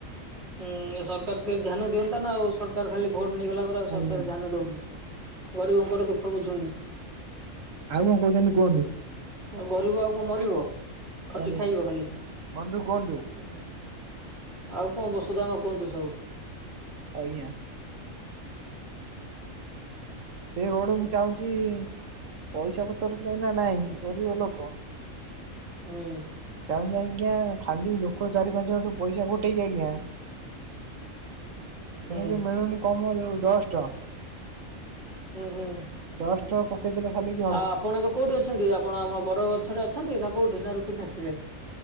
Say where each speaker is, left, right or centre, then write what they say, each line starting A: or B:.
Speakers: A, on the right (about 45°); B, on the right (about 65°).
A: ହୁଁ ସରକାର ଟିକେ ଧ୍ୟାନ ଦିଅନ୍ତା ନା ଆଉ ସରକାର ଖାଲି ଭୋଟ ନେଇଗଲା ପରେ ଆଉ ସର
B: ଆଜ୍ଞା
A: <unintelligible> ଦଉନି ଗରିବଙ୍କର ଦୁଃଖ ବୁଝୁନି।
B: ଆଉ କଣ କହୁଛନ୍ତି କୁହନ୍ତୁ।
A: ଗରିବ ଆଉ କଣ ମରିବ ଖଟି
B: ଆଜ୍ଞା
A: ଖାଇବ ଖାଲି ହୁଁ।
B: ବନ୍ଧୁ କୁହନ୍ତୁ
A: ଆଉ କଣ ବସୁଧାମ କୁହନ୍ତୁ ସବୁ?
B: ଆଜ୍ଞା। ସେ ରୋଡ ମୁଁ ଚାହୁଁଛି ପଇସା ପତ୍ର ତ ଏଇ ନା ନାହିଁ ଗରିବ ଲୋକ
A: ହୁଁ।
B: <unintelligible> ଆଜ୍ଞା ଖାଲି ଲୋକ ଚାରି ପାଞ୍ଚ ଘଣ୍ଠୁ ପଇସା ଗୋଟେଇଛି ଆଜ୍ଞା।
A: ହୁଁ
B: ଏନ ଯୋଉ ମିଳୁନି କମ ଯୋଉ ଦଶ ଟଙ୍କା
A: ହୁଁ ହୁଁ।
B: ଦଶ ଟପ କେତେଟା ଖାଲି ଗେ
A: ଆଉ ଆପଣ ଏବେ କୋଉଠି ଅଛନ୍ତି ଆପଣ ଆମ ବରଗଛରେ ଅଛନ୍ତି ନା କୋଉଠି ନା ରୁଟି ଫାକ୍ଟ୍ରିରେ?